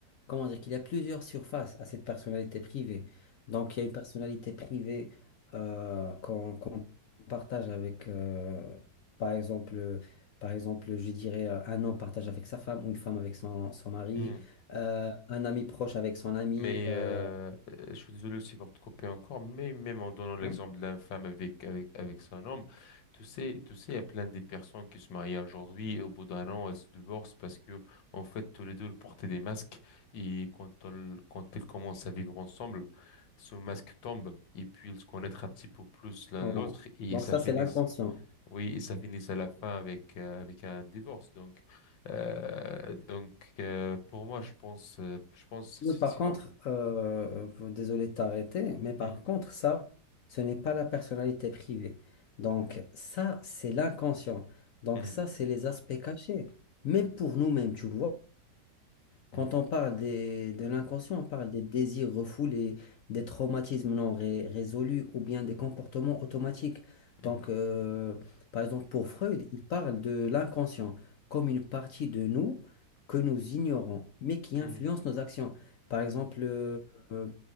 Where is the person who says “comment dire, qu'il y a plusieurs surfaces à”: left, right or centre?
Left